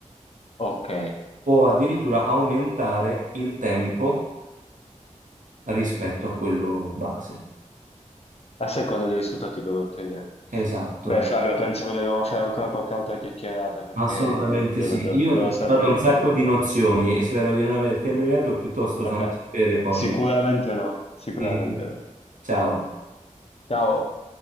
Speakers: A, on the left (about 55°); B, on the right (about 85°).
A: Ok.
B: o addirittura aumentare il tempo rispetto a quello base.
A: A seconda dei risultati che vuoi ottenere.
B: Esatto,
A: Beh, Flavio, penso che dobbiamo fare ancora qualche altra chiacchierata perché
B: assolutamente
A: devo
B: sì.
A: devo-
B: Io
A: devo
B: ti ho
A: sapere
B: dato un
A: di
B: sacco
A: più.
B: di nozioni e spero di non averti annoiato, piuttosto
A: <laughs>
B: fammi
A: Eh,
B: sapere poi.
A: sicuramente no, sicuramente
B: <laughs>
A: no.
B: Ciao.
A: Ciao.